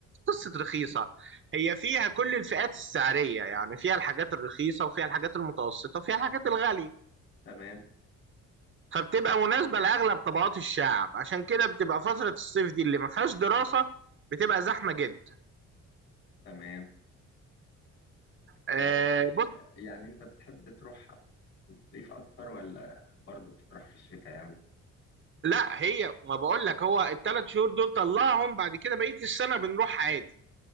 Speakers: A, on the right (about 40°); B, on the left (about 55°).
A: قصة رخيصة هي فيها كل الفئات السعرية يعني فيها الحاجات الرخيصة وفيها الحاجات المتوسطة وفيها الحاجات الغالية
B: تمام
A: فبتبقى مناسبة لأغلب طبقات الشعب عشان كده بتبقى فترة الصيف دي اللي ما فيهاش دراسة بتبقى زحمة جدا
B: تمام
A: آه،
B: يعني يعني انت بتحب تروح صيف اكتر ولا برضو بتروح في الشتاء يعني
A: لا هي ما بقول لك هو الثلاث شهور دول طلعهم بعد كده بقيه السنه بنروح عادي